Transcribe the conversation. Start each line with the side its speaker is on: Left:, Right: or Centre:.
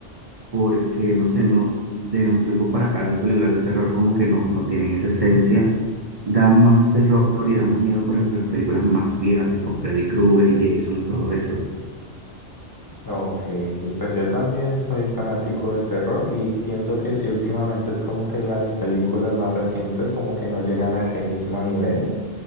Right: porque no sé, no, de un tiempo para acá las películas de terror como que no, no tienen esa esencia, dan más terror y dan más miedo, por ejemplo, las películas más viejas, tipo Freddy Krueger y Jason y todo eso.
Left: Ok, sí, pues yo también soy fanático del terror y siento que sí, últimamente es como que las películas más recientes como que no llegan a ese mismo nivel.